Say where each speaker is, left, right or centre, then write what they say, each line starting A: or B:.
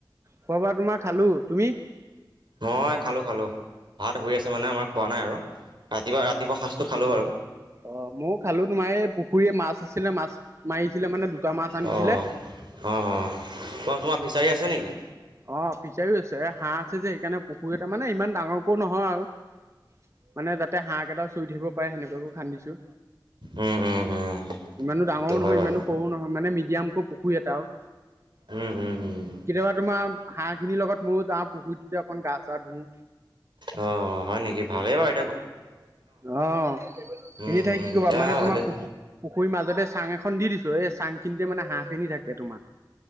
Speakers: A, on the right; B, on the right.
A: খোৱা বোৱা তোমাৰ খালোঁ তুমি?
B: মই খালোঁ, খালোঁ ভাত শুই আছে মানে আমাৰ খোৱা নাই আৰু ৰাতিপুৱা, ৰাতিপুৱা সাঁজটো খালোঁ বাৰু।
A: অ', ময়ো খালো তোমাৰ এই পুখুৰীয়ে মাছ আছিলে মাছ মাৰিছিলে মানে মাছ আনিছিলে
B: অ', অ', অ', ক তোমাৰ ফিচাৰী আছে নেকি?
A: অ', ফিচাৰিও আছে হাঁহ আছে যে সেইকাৰণে পুখুৰী তাৰ মানে ইমান ডাঙৰকো নহয় আৰু। মানে যাতে হাক কেইটা চুই থাকিব পাৰে সেনেকুৱাকো খান্দিছো।
B: উম উম উম
A: ইমানো ডাঙৰ
B: সেইটো
A: নহয়
B: হয় বাৰু
A: ইমানো সৰুও নহয় মানে মিডিয়ামকো পুখুৰী এটা আৰু।
B: উম উম উম
A: কেতিয়াবা তোমাৰ হাঁহ খিনিৰ লগত ময়ো যাওঁ পুখুৰীতে অকণ গা চা ধুওঁ।
B: অ', হয় নেকি ভালেই বাৰ
A: অ',
B: উম
A: এনে ঠাই
B: উম
A: কি কবা
B: এতিয়া
A: মানে তোমাৰ
B: ভালেই
A: পত পুখুৰীৰ মাজতে চাং এখন দি দিছোঁ এই চাংখিনিতে মানে হাঁহ খিনি থাকে তোমাৰ।